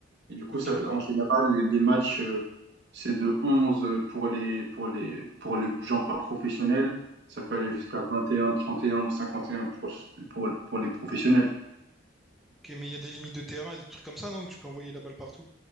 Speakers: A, on the right; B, in the centre.
A: Et du coup
B: Ok.
A: ça, en général les, les matchs euh, c'est de 11 pour les pour les pour les gens pas professionnels, ça peut aller jusqu'à 21, 31 ou 51 pour pour pour les professionnels.
B: Ok, mais il y a des limites de terrain et des trucs comme ça, non? Où tu peux envoyer la balle partout.